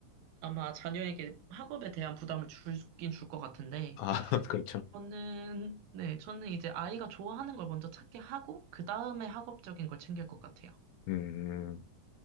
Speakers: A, on the right; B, on the left.
A: 아마 자녀에게 학업에 대한 부담을 줄긴 줄 것 같은데,
B: 아, <laughs> 그렇죠.
A: 저는, 네, 저는 이제 아이가 좋아하는 걸 먼저 찾게 하고, 그 다음에 학업적인 걸 챙길 것 같아요.
B: 음,